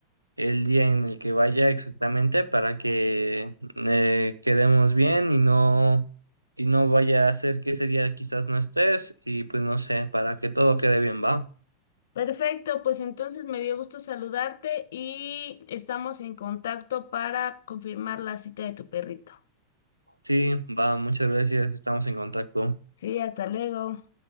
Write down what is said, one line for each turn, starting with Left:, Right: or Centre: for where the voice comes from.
Right: el día en el que vaya exactamente para que eh, quedemos bien y no, y no vaya a ser que ese día quizás no estés y pues no sé, para que todo quede bien, ¿va?
Left: Perfecto, pues entonces me dio gusto saludarte y estamos en contacto para confirmar la cita de tu perrito.
Right: Sí, va, muchas gracias. Estamos en contacto.
Left: Sí, hasta luego.